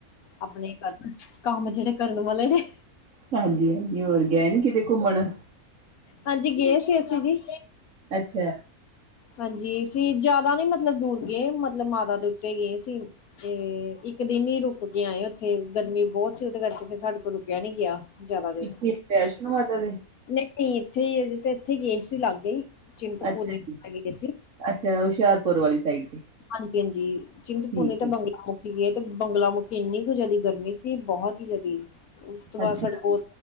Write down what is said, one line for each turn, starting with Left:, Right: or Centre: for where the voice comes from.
Left: ਆਪਣੇ ਕਰਨ ਕੰਮ ਜਿਹੜੇ ਕਰਨ ਵਾਲੇ ਨੇ
Right: ਹਾਂਜੀ ਹਾਂਜੀ ਹੋਰ ਗ ਨ ਕਿਤੇ ਘੁੰਮਣ
Left: ਹਾਂਜੀ ਗਏ ਸੀ ਅਸੀਂ ਜੀ
Right: ਅੱਛਾ
Left: ਹਾਂਜੀ ਸੀ ਜਿਆਦਾ ਨੀ ਮਤਲਬ ਦੂਰ ਗਏ ਮਤਲਬ ਮਾਤਾ ਦੇ ਉੱਤੇ ਗਏ ਸੀ ਤੇ ਇੱਕ ਦਿਨ ਹੀ ਰੁਕ ਕੇ ਆਏ ਉੱਥੇ ਗਰਮੀ ਬਹੁਤ ਸੀ ਉਹਦੇ ਕਰਕੇ ਫਿਰ ਸਾਡੇ ਕੋਲ ਰੁਕਿਆ ਨੀ ਗਿਆ ਜ਼ਿਆਦਾ
Right: ਕਿੱਥੇ
Left: ਦੇਰ
Right: ਵੈਸ਼ਨੋ ਮਾਤਾ ਦੇ?
Left: ਨਹੀਂ ਨਹੀਂ ਇੱਥੇ ਹੀ ਅਜੇ ਤੇ ਇੱਥੇ ਗਏ ਸੀ ਲਾਗੇ ਹੀ ਚਿੰਤਪੂਰਨੀ
Right: ਅੱਛਾ ਜੀ,
Left: ਗੇ ਸੀ
Right: ਅੱਛਾ ਹੁਸ਼ਿਆਰਪੁਰ ਵਾਲੀ ਸਾਈਡ ਤੇ
Left: ਹਾਂਜੀ ਹਾਂਜੀ ਚਿੰਤਪੂਰਨੀ
Right: ਠੀਕ
Left: ਤੇ
Right: ਏ।
Left: ਬੰਗਲਾ ਏ ਤੇ ਬੰਗਲਾ ਮੁਖੀ ਇੰਨੀ ਕੁ ਜ਼ਿਆਦਾ ਗਰਮੀ ਸੀ ਬਹੁਤ ਦੀ ਉਸ ਤੋਂ ਬਾਅਦ
Right: ਅੱਛਾ,
Left: ਸੜਕੋ